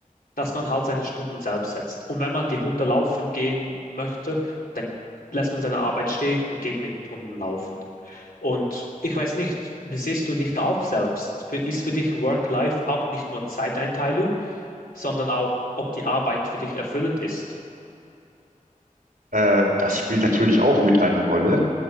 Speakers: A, on the left (about 85°); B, on the right (about 85°).
A: dass man halt seine Stunden selbst setzt. Und wenn man die Hunde laufen gehen möchte, dann lässt man seine Arbeit stehen und geht mit den Hunden laufen. Und ich weiß nicht, besiehst du dich da auch selbst? Für- Ist für dich Work-Life auch nicht nur Zeiteinteilung, sondern auch, ob die Arbeit für dich erfüllend ist?
B: Äh, das spielt natürlich auch mit eine Rolle.